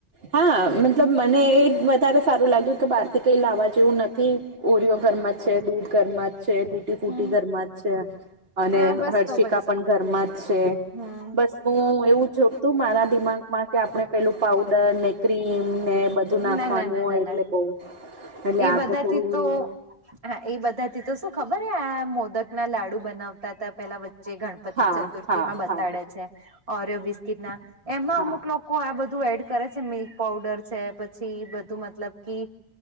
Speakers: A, on the right; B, on the right.
A: હા મતલબ મને એ વધારે સારું લાગ્યું કે બહાર થી કઈ લાવવા જેવું નથી ઓરિયો ઘરમાં જ છે દૂધ ઘર માં જ છે ફૂટી
B: હમ
A: ઘરમાં જ છે અને
B: હા બસ
A: હર્ષિકા
B: તો પછી
A: પણ ઘરમાં જ છે
B: હમ
A: બસ હું એવું છું તો મારા દિમાગમાં કે આપણે પેલું પાવડર ને ક્રીમ ને બધ ધૂ નાખવાનું
B: ના ના ના
A: હોય
B: ના
A: એટલે
B: ના
A: બઉ એટલે
B: એ
A: આ
B: બધાથી
A: થોડું
B: તો હા એ બધા થી તો શું ખબર હ આ મોદક ના લાડુ બનાવતા. બતાવતા પેલા વચ્ચે ગણપતિ
A: હા
B: ચતુર્થી
A: હા
B: માં બતાડે
A: હા
B: છે ઓરિયો બિસ્કીિટ ના. એમાં
A: હા
B: અમુક લોકો લોકો આ બધું એડ કરે છે મિલ્ક પાવડર છે પછી બધું મતલબ કી